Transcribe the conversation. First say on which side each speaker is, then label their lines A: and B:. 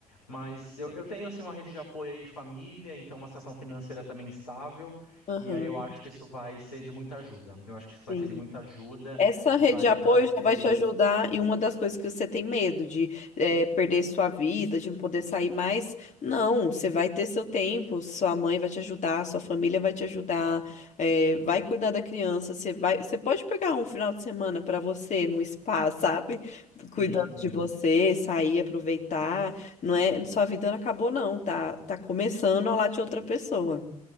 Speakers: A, on the left; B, on the left.
A: Mas eu, eu tenho, assim, uma rede de apoio aí, família, então uma situação financeira também estável,
B: Aham.
A: e aí eu acho que isso vai ser de muita ajuda. Eu acho que isso vai
B: Sim.
A: ser de muita ajuda
B: Essa rede
A: e vai
B: de
A: me
B: apoio
A: trazer.
B: já vai te ajudar em uma das coisas que você tem medo, de eh, perder sua vida, de não poder sair mais. Não, você vai ter seu tempo, sua mãe vai te ajudar, sua família vai te ajudar, eh, vai cuidar da criança. Você vai, você pode pegar um final de semana para você, num spa, sabe? Cuidando
A: Sim, sim.
B: de você, sair, aproveitar. Não é, sua vida não acabou, não, tá? Tá começando a lá de outra pessoa.